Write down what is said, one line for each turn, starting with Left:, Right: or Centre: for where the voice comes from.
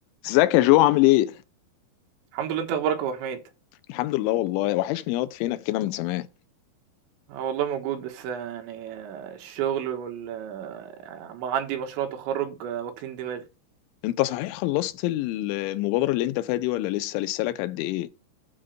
Left: ازيك يا جو عامل ايه؟
Right: الحمد لله انت اخبارك يا ابو حميد
Left: الحمد لله والله وحشني ياض فينك كده من زمان
Right: اه والله موجود بس آه، يعني آه، الشغل وال آه، عم- عندي مشروع تخرج آه، واكلين دماغي
Left: انت صحيح خلصت ال- المبادرة اللي انت فيها دي ولا لسه لسه لك قد ايه؟